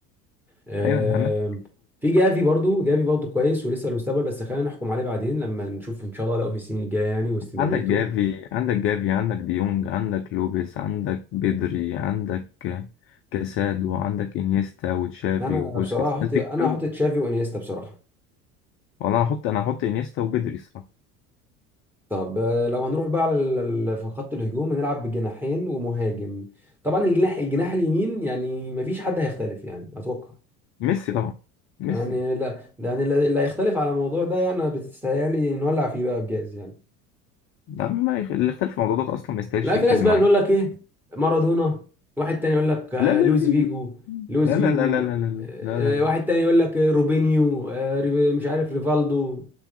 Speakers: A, in the centre; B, on the left (about 30°).
A: آم،
B: ايوه أنت عندك
A: في جافي برضو جافي برضو كويس ولسه المستقبل بس خلينا نحكم عليه بعدين لما نشوف ان شاء الله ده في السنين الجاية يعني واستمراريته
B: عندك جافي عندك جافي عندك ديونج عندك لوبيس عندك بدري عندك كاسادو عندك انيستا وتشافي
A: انا
B: وبوسكيتس
A: بصراحة
B: الناس
A: هحط
B: دي
A: انا
B: كتير أوي.
A: هحط تشافي وانيستا بصراحة
B: والله انا هحط انا هحط انيستا وبدري الصراحه
A: طب آه، لو هنروح بقى على ال- ال- في خط الهجوم هنلعب بجناحين ومهاجم طبعا الجناح الجناح اليمين يعني مفيش حد هيختلف يعني اتوقع
B: ميسي طبعا ميسي
A: يعني لا ده يعني اللي اللي هيختلف على الموضوع ده انا بتستاهلي نولع فيه بقى بجاز يعني
B: ده ما يخ- اللي اختلف في الموضوع ده اصلا ما يستاهلش
A: لا
B: يتكلم
A: في ناس بقى
B: معايا
A: تقول لك ايه مارادونا واحد تاني يقول لك آه،
B: لا لا
A: لويس فيجو لويس
B: لا
A: فيجو
B: لا لا لا لا لا لا
A: آه،
B: لا لا لا لا لا.
A: آه، واحد تاني يقول لك آه، روبينيو آه، ري- مش عارف ريفالدو